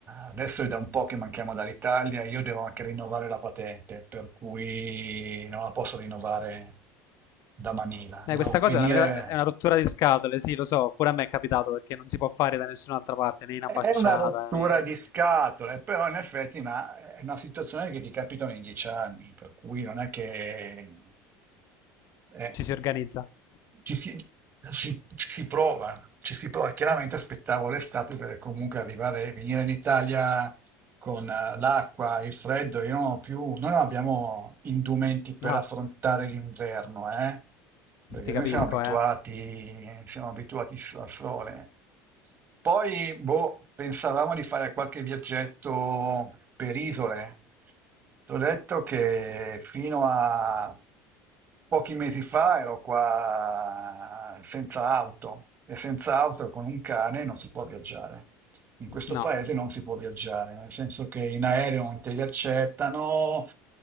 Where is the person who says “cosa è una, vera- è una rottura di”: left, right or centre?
Left